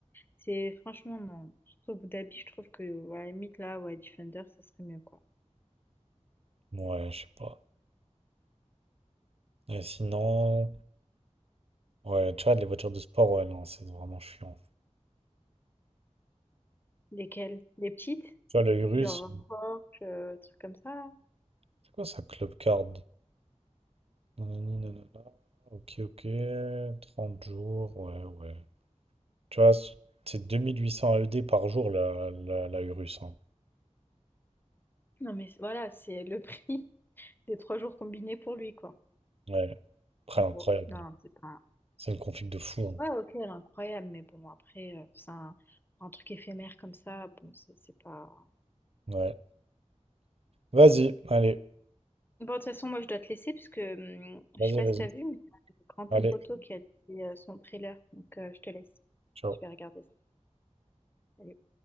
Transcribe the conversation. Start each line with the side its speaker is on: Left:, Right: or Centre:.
Left: C'est franchement, non. Surtout Abu Dhabi, je trouve que, à la limite, là, ouais, Defender, ça serait mieux, quoi.
Right: Ouais, je sais pas. Et sinon, ouais, Tchad, les voitures de sport, ouais, non, c'est vraiment chiant.
Left: Lesquelles? Les petites?
Right: Tu vois, l'œil russe,
Left: Genre, rock, euh, trucs comme ça, là.
Right: c'est quoi ça, Club Card? Nanani, nanana. Ok, ok, 30 jours, ouais, ouais. Tu vois, c- c'est 2800 AED par jour, la, la, la Urus, hein.
Left: Non, mais c'est- voilà, c'est le prix <laughs> des trois jours combinés pour lui, quoi.
Right: Ouais, après,
Left: En
Right: incroyable.
Left: gros. Non,
Right: hein.
Left: c'est pas.
Right: C'est une config de fou, hein.
Left: Ouais, ok, elle est incroyable, mais bon, après, euh, c'est un, pour un truc éphémère comme ça, bon, c'est c'est pas.
Right: Ouais. Vas-y, allez,
Left: Bon, de toute façon, moi, je dois te laisser parce que hum,
Right: vas-y,
Left: je sais pas
Right: vas-y.
Left: si t'as vu, mais il y a Grand Theft
Right: Allez,
Left: Auto qui a dit euh, son trailer. Donc, euh, je te laisse.
Right: ciao.
Left: Je vais regarder ça. Salut.